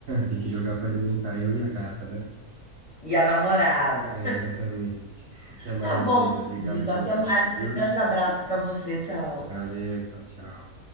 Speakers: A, on the right; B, on the left.
A: Tem que jogar pra alimentar eu e a gata, né?
B: E a namorada.
A: É, Exatamente. Até mais,
B: Tá bom,
A: Ieda. Obrigado
B: querido,
A: pelo
B: até
A: papo,
B: mais,
A: viu?
B: um grande abraço para você, tchau.
A: Valeu, tchau, tchau.